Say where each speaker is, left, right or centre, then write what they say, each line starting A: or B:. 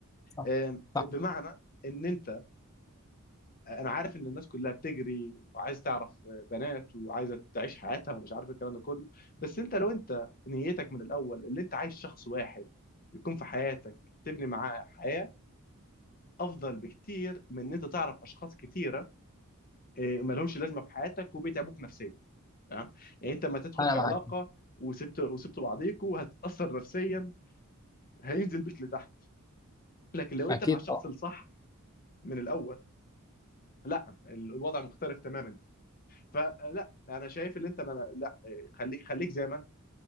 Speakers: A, on the left; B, on the left.
A: صح
B: آم،
A: صح
B: بمعنى ان انت انا عارف ان الناس كلها بتجري وعايز تعرف بنات وعايزه تعيش حياتها ومش عارف الكلام ده كله بس انت لو انت نيتك من الاول اللي انت عايز شخص واحد يكون في حياتك تبني معاه حياه افضل بكتير من ان انت تعرف اشخاص كتيره إيه، مالهمش لازمه في حياتك وبيتعبوك نفسيا تمام يعني انت لما تدخل
A: انا
B: في
A: معاك
B: علاقه وسبت وسبتوا بعضيكوا هتتاثر نفسيا هينزل بيك لتحت لكن لو انت
A: اكيد
B: مع الشخص
A: طبعا
B: الصح من الاول لا الوضع مختلف تماما فلا انا شايف ان انت ما لا إيه، خليك خليك زي ما انت